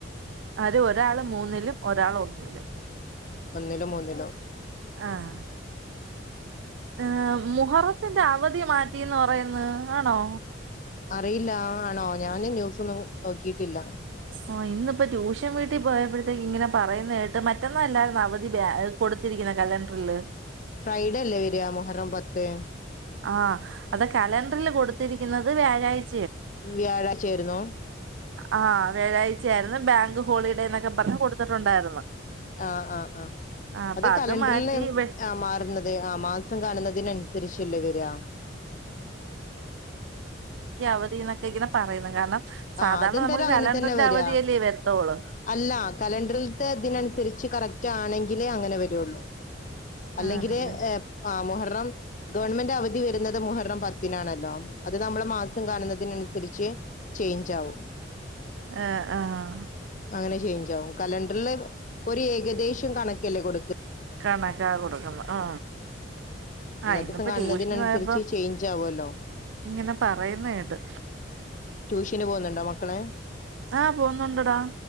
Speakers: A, on the right (about 75°); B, on the left (about 40°).
A: അവര് ഒരാള് മൂന്നിലും ഒരാൾ ഒന്നിലും
B: ഒന്നിലോ മൂന്നിലോ
A: ആഹ ഏർ മുഹറത്തിന്റെ അവധി മാറ്റിന്ന് പറയുന്ന ആണോ
B: അറിയില്ല ആണോ ഞാന് ന്യൂസൊന്നും നോക്കിയിട്ടില്ല
A: ആ ഇന്നിപ്പ ട്യൂഷൻ വീട്ടിൽ പോയപ്പെ ഇങ്ങനെ പറയുന്ന കേട്ട് മറ്റന്നാ അല്ലാരരുന്ന അവധി കൊടുത്തിരിക്കുന്ന കലണ്ടറിില്
B: ഫ്രൈഡ അല്ലേ വരിക മോഹറം പത്ത്
A: ആ അത് കലണ്ടറിൽ കൊടുത്തിരിക്കുന്നത് വ്യാഴാഴ്ച
B: വ്യാഴാഴ്ച്ചായിരുന്നു
A: ആഹ വ്യാഴാഴ്ചയായിരുന്നു ബാങ്ക് ഹോളിഡേ എന്നൊക്കെ പറഞ്ഞഞ് കൊടുത്തിട്ടുണ്ടായിരുന്നു
B: ആഹ ആഹ ആഹ
A: ആഹ് അപ്പൊ
B: അത
A: അത്
B: കലണ്ടറിൽ
A: മാറ്റി വെ
B: ആ മാറുന്നത് ആ മാസം കാണുന്നതിനനുസരിച്ചല്ലേ വരാ
A: അവധി എന്നൊക്കെ ഇങ്ങനെ പറയുന്നു കാരണം
B: ആ
A: സാധാരണ
B: അതെന്തായാലും
A: നമുക്ക്
B: അങ്ങനെ
A: കലണ്ടറിന്റെ
B: തന്നെ വരിക
A: അവധിയല്ലേ വരുത്തുള്ളൂ
B: അല്ല കലണ്ടറി ഇതിനനുസരിച്ച് കറക്റ്റ് ആണെങ്കിലേ അങ്ങനെ വരുുള്ളു അല്ലെങ്കില്
A: ആണല്ലേ
B: ആ മോഹർണം ഗവൺമെന്റ് അവധി വരുന്നത് മോഹറം പത്തിനാണല്ലോ അത് നമ്മെ മാസം കാണുന്നതിനനുസരിച്ച് ചേഞ്ച് ആവും
A: ആഹ ആഹ
B: അങ്ങനെ ചെയേഞ്ചാവും കലണ്ടറിില് ഒരു ഏകദേശം കണക്കല്ലേ കൊടുക്ക
A: കണക്കാ കൊടുക്കുന്നു ആ ആ ഇന്നപ്പോ
B: ദിവസം കാണുന്നതിനനുസരിച്ച്
A: ട്യൂഷന് പോയപ്പമം
B: ചേഞ്ച് ആവുമല്ലോ
A: ഇങ്ങനെ പറയുന്നട്ട്
B: ട്യൂഷന് പോകുന്നുണ്ടോ മക്കളെ
A: ആഹ പോുന്നുണ്ടടാ